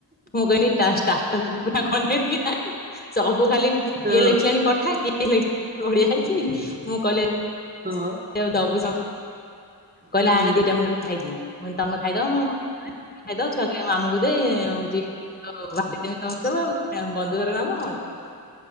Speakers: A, on the left; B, on the right.
A: ମୁଁ କହିଲି ଷ୍ଟା <unintelligible> <unintelligible> କି ନାଇଁ ସବୁ ଖାଲି କିଏ
B: ହଁ
A: ଲେଖିଲାଣି ପଠା କିଏ <unintelligible> ବଢିଆ ହେଇଛି ମୁଁ କଲେ
B: ହଁ।
A: ଦବୁ କହିଲା
B: ହୁଁ
A: ଆଣେ ଦିଟା ମୁଁ ଖାଇବି ତମେ ଖାଇଦବ ମୁଁ <unintelligible> ଛୁଆ କହିବେ ମାମୁଁ କୁ ଦେ <unintelligible> <unintelligible> ବନ୍ଧୁ ଘରେ <unintelligible>